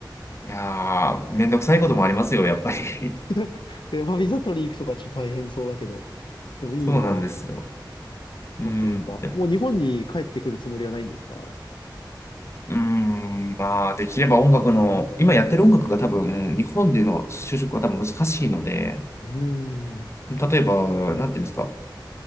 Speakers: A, on the left; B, on the left.
A: いやー、めんどくさいこともありますよ、やっぱり。
B: <laughs> え、まあ、ビザ取り行くとかちょっと大変そうだけど、でもいいな。
A: そうなんですよ。うん。
B: なんというか、
A: で
B: もう日本に帰ってくるつもりはないんですか
A: うん。まあ、できれば音楽の、今やってる音楽が多分、日本での就職は多分難しいので、
B: うーん。
A: 例えば、なんていうんですか。